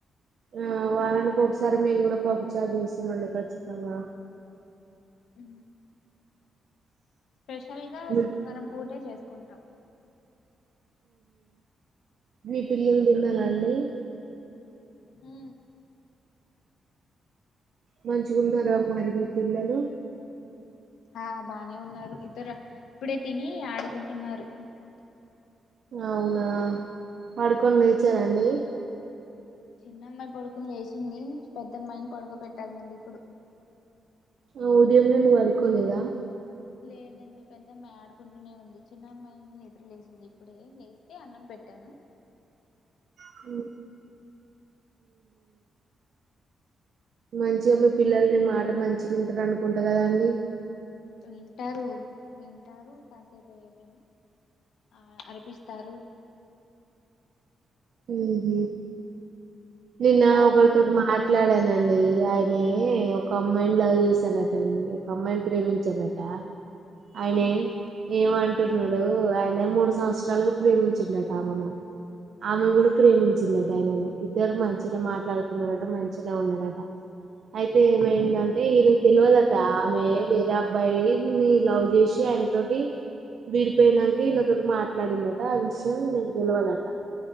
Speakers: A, on the right; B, on the left.
A: ఆ వారానికి ఒకసారి మేము కూడ పప్పు చార చేస్తామండి ఖచ్చితంగా
B: ఉ స్పెషల్ గా శుక్రవారం
A: ఊ
B: పూటే చేసుకుంటాం
A: మీ పిల్లలు తిన్నారా అండి
B: హు
A: మంచి గున్నారా అ మరి మీ పిల్లలు
B: ఆ బానే ఉన్నారు ఇతరు ఇప్పుడే తిని ఆడుకుంటున్నారు
A: అవునా పడుకొని లేచర అండి
B: చిన్న అమ్మాయి పడుకుని లేచింది పెద్దమ్మాయిని పడుకో పెట్టాలి మళ్ళీ ఇప్పుడు
A: ఆ ఉదయం నుండి పడుకోలేదా
B: లేదండి పెద్దమ్మాయి ఆడుకుంటూనే ఉంది చిన్నమ్మాయి నిద్ర లేసింది ఇప్పుడే లేస్తే అన్నం పె పెట్టను
A: హు మంచిగా మీ పిల్లలు నీ మాట మంచిగ ఇంటరు అనుకుంటా కదాండి
B: వింటారు వింటారు కాసేపు అ ఆ అరిపిస్తారు
A: ఉహ నిన్న
B: మీ బాబు
A: ఒకరితోటి
B: తిన్నాడండి
A: మాట్లాడనండి ఆయనే ఒక అమ్మాయిని లవ్ చేశాడట అండి ఒక అమ్మాయిని ప్రేమించాడట ఆయనే
B: ఉమ్
A: ఎ అంటున్నాడు ఆయన మూడు సంవత్సరాలుగా ప్రేమించిండట ఆమెను ఆమె
B: ఉమ్
A: కూడ ప్రేమించిందట ఆయనను ఇద్దరు మంచిగా మాట్లాడుకున్నారట మంచిగా ఉన్నరట అయితే
B: ఉమ్
A: ఏమైంది అంటే ఈ పిల్లోలకి ఆమె వేరే అబ్బాయి నీ లవ్ చేసి ఆయన తోటి విడిపోయినాక ఈనతోటి మాట్లాడిందట ఆ విషయం నేను తెలవదట